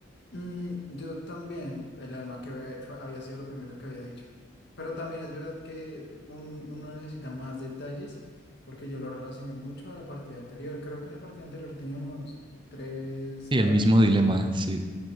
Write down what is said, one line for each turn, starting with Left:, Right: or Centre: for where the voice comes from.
Left: mm, yo también, el alma que ve- fue- había sido lo primero que había dicho. Pero también es verdad que un- uno necesita más detalles porque yo lo relacioné mucho a la partida anterior. Creo que en la partida anterior teníamos tres,
Right: Sí,
Left: al-
Right: el mismo
Left: tres
Right: dilema,
Left: dragones,
Right: sí,